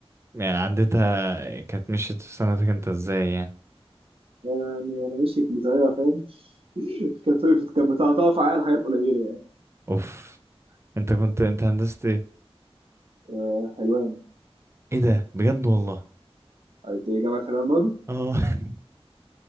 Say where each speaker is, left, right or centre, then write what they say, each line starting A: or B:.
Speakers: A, on the right (about 25°); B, on the right (about 60°).
A: يعني عدتها كانت مشيت في سنتك انت ازاي يعني
B: يعني انا مشيت بطريقه فاهم <laughs> كانت وقفت كانت بتقطع عليا حاجات قليله يعني
A: اوف انت كنت انت هندسة ايه
B: آه، حلوان
A: ايه ده بجد والله
B: انت إيه، جامعه حلوان برضه
A: اه